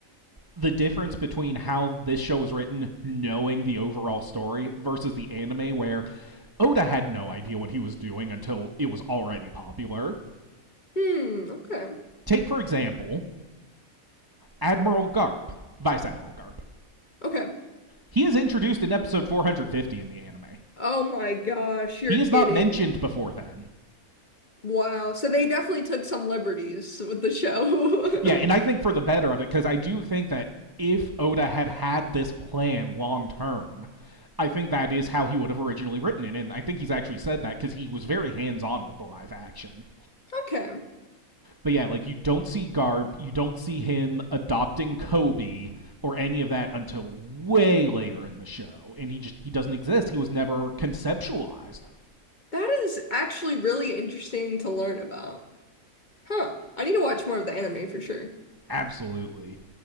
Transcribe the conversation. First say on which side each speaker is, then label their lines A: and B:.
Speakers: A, on the right; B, on the left.
A: the difference between how this show was written, knowing the overall story, versus the anime, where Oda had no idea what he was doing until it was already popular.
B: Hmm, okay.
A: Take, for example, Admiral Garp, Vice Admiral Garp.
B: Okay.
A: He is introduced in episode 450 in the anime.
B: Oh my gosh,
A: He
B: you're
A: is
B: kidding.
A: not mentioned before then.
B: Wow. So they definitely took some liberties with the show.
A: Yeah, and
B: <laughs>
A: I think for the better of it, because I do think that if Oda had had this plan long term, I think that is how he would have originally written it, and I think he's actually said that because he was very hands on with the live action.
B: Okay.
A: But yeah, like you don't see Garp, you don't see him adopting Kobe or any of that until way later in the show, and he just he doesn't exist. He was never conceptualized.
B: That is actually really interesting to learn about. Huh. I need to watch more of the anime for sure.
A: Absolutely.